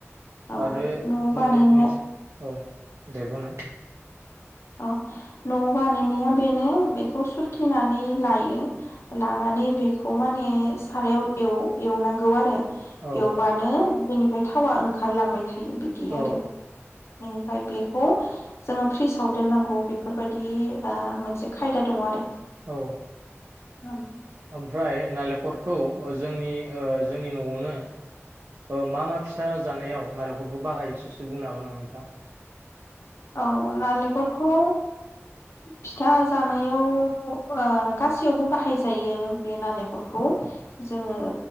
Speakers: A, on the left; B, on the right.
A: औ
B: आरो
A: न'
B: मोननै
A: बानायनाया
B: मोनसे औ दे बुंनाय।
A: अ न' बानायनाया बेनो बेखौ सुरखिनानै लायो
B: औ
A: लानानै बेखौ माने सारायाव एव एवनांगौ आरो।
B: औ
A: एवबानो बिनि थावा ओंखारलांबाय थायो बिदि
B: औ
A: आरो। बेनिफ्राय बेखौ जोङो फ्रिजाव दोननांगौ बेफोरबायदि ओ मोनसे खायदा दङ आरो।
B: औ
A: औ
B: ओमफ्राय नालेख खरखौ जोंनि ओ जोंनि न'आवनो ओ मा मा फिथा जानायाव नालेंखरखौ बाहायो स'से बुंनो हागोन नामा नोंथांआ?
A: औ नालेख खरखौ फिथा जानायाव ओ गासैयावबो बाहायजायो बे नालेंखरखौ जोङो